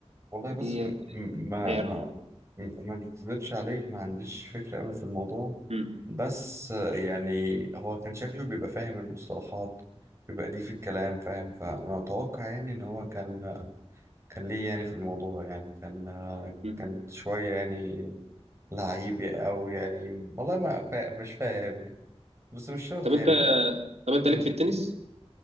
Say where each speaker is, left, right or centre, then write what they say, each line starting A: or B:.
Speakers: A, on the right (about 25°); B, on the right (about 75°).
A: والله
B: ديت
A: بص م- م- ما
B: حيران
A: ما ما بكذبش عليك ما عنديش فكرة أوي في الموضوع
B: مم.
A: بس آه، يعني هو كان شكله بيبقى فاهم المصطلحات بيبقى ليه في الكلام فاهم فأنا أتوقع يعني إن هو كان آه، كان ليه يعني في الموضوع يعني كان آه،
B: مم.
A: كان شوية يعني لعيب أو يعني والله ما فا... مش فاهم يعني بس مش شرط
B: طب انت
A: يعني
B: طب انت
A: مم.
B: ليك في التنس